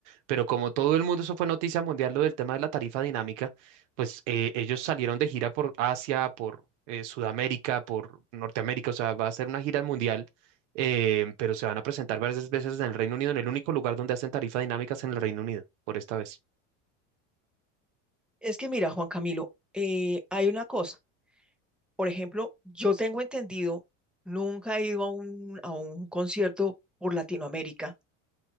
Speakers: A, on the right; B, in the centre.
A: Pero como todo el mundo, eso fue noticia mundial, lo del tema de la tarifa dinámica, pues eh, ellos salieron de gira por Asia, por eh, Sudamérica, por Norteamérica, o sea, va a ser una gira mundial, eh, pero se van a presentar varias veces en el Reino Unido, en el único lugar donde hacen tarifa dinámica es en el Reino Unido, por esta vez.
B: Es que mira, Juan Camilo, eh, hay una cosa. Por ejemplo, yo tengo entendido, nunca he ido a un, a un concierto por Latinoamérica.